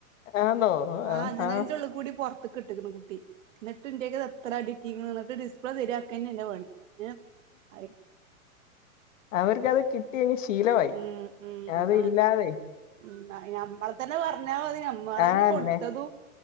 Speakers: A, on the left; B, on the right.
A: ആന്നോ
B: ആഹ്
A: ആഹാ
B: ജനൽന്റെ ഉള്ള് കൂടി പൊറത്ത്ക്ക്ട്ട്ണ് കുട്ടി ന്ന്ട്ട് ഇന്റെക്കന്ന് എത്ര അടിട്ടീക്ക്ണ് ന്ന്ട്ട് ഡിസ്പ്ലേ ശെരിയാക്കന്നെ ഇന്റെ പണി <unintelligible>
A: അവർക്കത് കിട്ടിയങ്ങ് ശീലമായി
B: ഉം ഉം
A: അത്
B: അതാണ്
A: ഇല്ലാതെ
B: ഉം അ നമ്മള തന്നെ പറഞ്ഞാൽ മതി ഞ മാനേ
A: ആന്നെ
B: കൊടുത്തതും